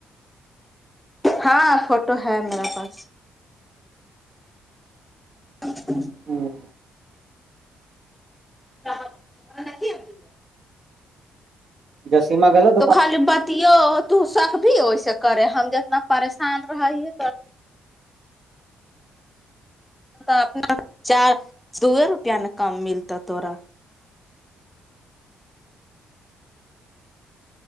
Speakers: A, in the centre; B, on the right.
A: ہاں فوٹو ہے میرا پاس ہ <inaudible>
B: ہوں
A: کیا غلطی ہو گئی
B: جسیما گلت
A: تو خالی بتیو تو سکب بھی ویسے کرے ہم جتنا پریشان رہیے اپنا چار دو روپیہ نہ کم ملتا تھوڑا